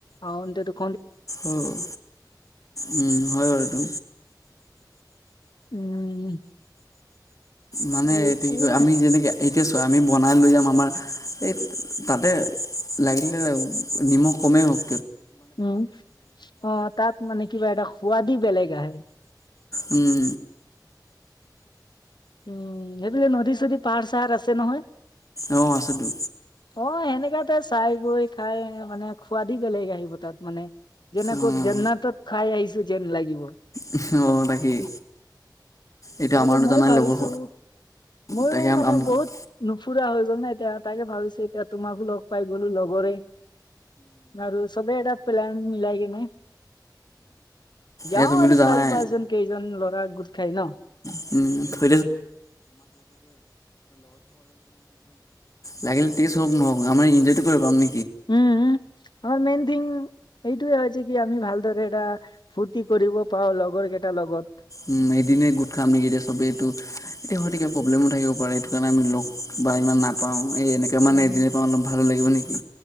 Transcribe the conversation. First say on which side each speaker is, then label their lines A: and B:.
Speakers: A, on the left; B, on the left.
A: <unintelligible>
B: অ', উম, হয়, বাৰু এইটো।
A: উম।
B: মানে
A: সেইটোয়ে
B: এতিয়া কি কয় আমি যেনেকে এতিয়া চোৱা আমি বনাই লৈ যাম আমাৰ এই তাতে লাগিলে নিমখ কমেই হওঁক।
A: উম, অ', তাত মানে কিবা এটা সোৱাদি বেলেগ আহে।
B: উম।
A: উম, সেইবোলে নদী চদী পাহাৰ চাহাৰ আছে নহয়।
B: অ', আছেটো।
A: অ', সেনেকাতে চাই গৈ খাই মানে খোৱাদি বেলেগ আহিব তাত মানে। যেনেকৈ
B: অঁ
A: যেন্নাতত খাই আহিছোঁ যেন লাগিব।
B: উহ, অ', তাকেই। এইটো
A: তাকে,
B: আমাৰতো
A: মই
B: জানাই
A: ভাবিছো।
B: লগৰ
A: ময়ো
B: তাকে
A: মানে বহুত ফুৰা হৈ গ'ল নাই, এতিয়া তাকে ভাবিছে এতিয়া তোমাকো লগ পাই গ'লো লগৰে। আৰু চবেই এটা প্লেন মিলাই কিনে যাওঁ
B: এ তুমিতো
A: আৰু
B: জানাই
A: চাৰি পাঁচ জন কেইজন লৰা গোট খাই ন
B: <unintelligible> লাগিলে টেষ্ট হওক নহও আমাৰ ইনজয়টো কৰিব পাম ন
A: উম উম, আমাৰ মেইন থিং এইটোয়ে হৈছে কি আমি ভালদৰে এটা ফূৰ্তি কৰিব পাওঁ লগৰ কেইটাৰ লগত।
B: উম এদনে গোট খাম নেকি এতিয়া সবেইো এতিয়া হয়তিকে প্ৰব্লেমো থাকিব পাৰে সেইটো কাৰণে আমি লগ বা ইমান নাপাওঁ এই এনেকৈ মানে
A: উম
B: এদিনে পাওঁ অলপ ভালো লাগিব নেকি